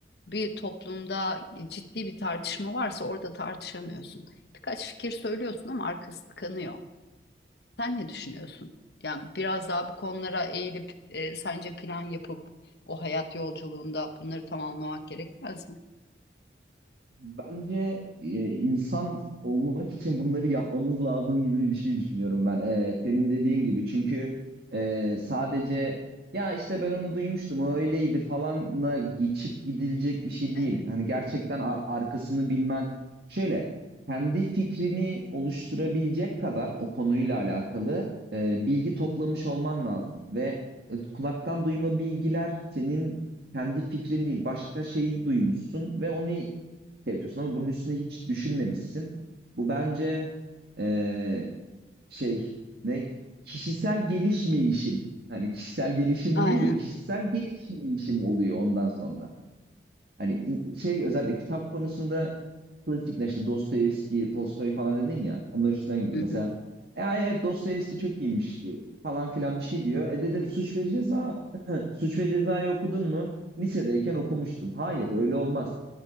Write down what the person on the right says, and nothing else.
Bence e, insan olmak için bunları yapmamız lazım gibi bir şey düşünüyorum ben. E, senin dediğin gibi. Çünkü e, sadece ya işte ben onu duymuştum, o öyleydi falanla geçip gidilecek bir şey değil.
Hani gerçekten a- arkasını bilmen. Şöyle kendi fikrini oluşturabilecek kadar o konuyla alakalı e, bilgi toplamış olman lazım ve e, kulaktan duyma bilgiler senin kendi fikrin değil, başka şeyi duymuşsun ve onu şey yapıyorsun ama bunun üstüne hiç düşünmemişsin. Bu bence eee, şey ne kişisel gelişmeyişim. Hani kişisel gelişim
değil de kişisel gelişmeyişim oluyor ondan sonra. Hani in- şey özellikle kitap konusunda klasikler işte Dostoyevski, Tolstoy falan dedin ya. Onların üstünden gideyim.
Mesela
e, ay evet Dostoyevski çok iyiymiş e, falan filan bir şey diyor. E dedim Suç ve Ceza <clears throat> <laughs> Suç ve Ceza'yı okudun mu? Lisedeyken okumuştum. Hayır öyle olmaz.